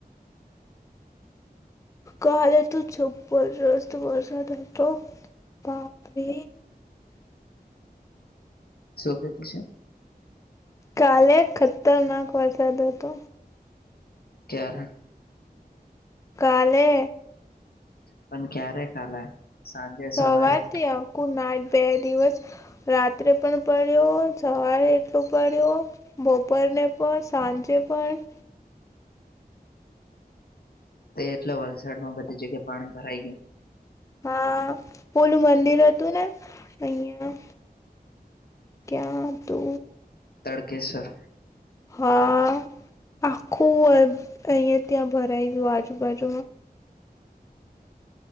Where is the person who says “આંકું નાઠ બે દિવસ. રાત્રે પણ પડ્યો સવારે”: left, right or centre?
Left